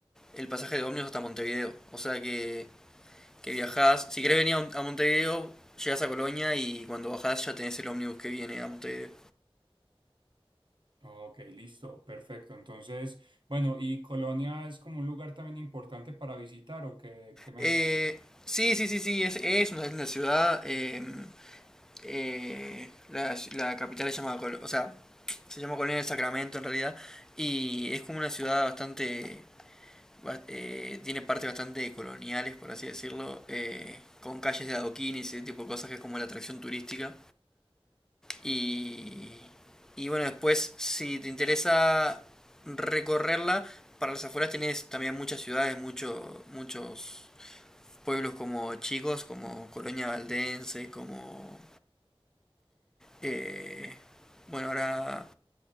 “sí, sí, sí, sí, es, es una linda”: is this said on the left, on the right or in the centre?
Centre